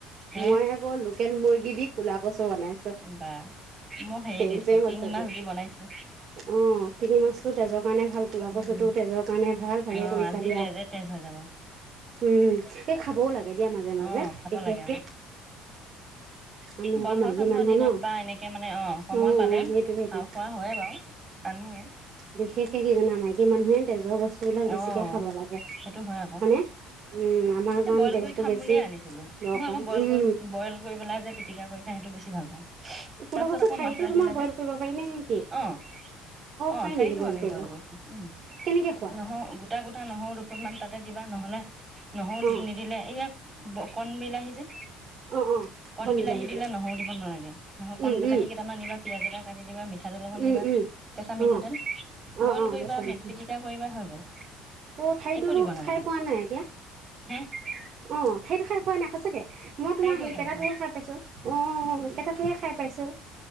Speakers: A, on the right (about 25°); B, on the right (about 50°).
A: হে
B: মই আকৌ লোকেল মুৰ্গী দি ক'লা কছু বনাইছো,
A: বা মই হেৰি
B: চেম
A: দিছো
B: চেম
A: শিঙি
B: হৈছে আজি।
A: মাছ দি বনাইছো
B: অঁ, শিঙি মাছটো তেজৰ কাৰণে ভাল কলা
A: উম
B: কছুটো তেজৰ কাৰণে ভাল, ভালে
A: অ
B: কৰিছা।
A: আজি
B: দিয়া।
A: তেজে তেজ হৈ যাব।
B: উম, এই খাবও লাগে দিয়া মাজে মাজে,
A: অ খাব
B: বিশেষকে
A: লাগে আকৌ
B: আমি আকৌ
A: বন্ধ
B: মাইকী
A: চন্ধ
B: মানুহ
A: দিনত,
B: ন।
A: বা এনেকে মানে অঁ সময়
B: অ
A: পালে,
B: অ সেইটোৱে সেইটোৱে
A: খা খোৱা হৈয়ে বাৰু। আনোৱে।
B: বিশেষকে কি জানা? মাইকী মানুহে, তেজৰ ব স্তু বিলাক বেছিকে
A: অ
B: খাব লাগে,
A: সেইটো হয় আকৌ
B: মানে উম আমাৰ
A: এই
B: কাৰণ,
A: বইল
B: তেজটো
A: কৰি খাম
B: বেছি
A: বুলিয়ে আনিছিলো মই
B: দৰকাৰ
A: আকৌ বইল
B: উম
A: কৰি, বইল কৰি পেলাই যে, পিটিকা কৰি খাই, সেইটো বে ছি ভাল পাওঁ,
B: কোলাকচু
A: তাৰপিছত আকৌ
B: ঠাৰিটো
A: মাছ ৰাখিলে
B: তোমাৰ বইল
A: যে,
B: কৰিব পাৰি নে নেকি?
A: অঁ। অ',
B: পাৰি
A: ঠাৰিতো
B: নেকি
A: আমি,
B: কৰিব
A: বইল কৰি খাওঁ, উম।
B: কেনেকে খোৱা?
A: নহৰু, গোটা-গোটা নহৰু দুফুটমান তাতে দিবা। নহ'লে নহৰু
B: অ
A: নিদিলে, ইয়াক ব কন বিলাহী যে
B: অ অ
A: কন
B: কণ
A: বিলাহী
B: বিলাহীটো
A: দিলে নহৰু দিব নালাগে নহয় কন
B: উম
A: বিলাহী
B: উম
A: কেইটামান দিবা পিয়াজ এটা কাটি দিবা মিঠা মিঠাতেল অকণ
B: উম
A: দিবা
B: উম
A: কেঁচা মিঠাতেল
B: অ অ
A: বইল
B: অ
A: কৰিবা
B: কেঁচা মিঠা
A: মেক পিটিকা কৰিবা হৈ গ'ল।
B: অ' ঠাৰিটোৰ
A: একো দিব নালাগে
B: খাই পোৱা নাই এতিয়া?
A: <inaudible>
B: অ ঠাৰিটো খাই পোৱা নাই সঁচা গে মই
A: ঠাৰিটো
B: তোমাৰ সেই
A: খাব
B: পেটটোহে
A: পাৰে
B: খাই পাইছো অ পেটাটোহে খাই পাইছো।